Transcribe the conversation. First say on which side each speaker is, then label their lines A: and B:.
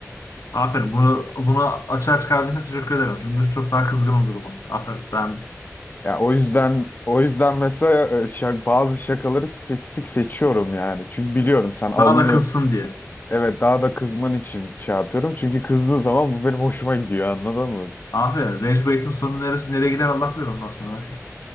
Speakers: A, on the left; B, on the left.
A: Aferin. Bunu, bunu açığa çıkardığın için teşekkür ederim. Şimdi çok daha kızgınım duruma. Aferin. Ben
B: Ya o yüzden o yüzden mesela e, şak- bazı şakaları spesifik seçiyorum yani. Çünkü biliyorum sen alınıyor
A: daha da kızsın diye.
B: Evet daha da kızman için şey yapıyorum. Çünkü kızdığı zaman bu benim hoşuma gidiyor anladın mı?
A: Aferin. Rage Bait'in sonu neresi nereye gider Allah bilir ondan sonra.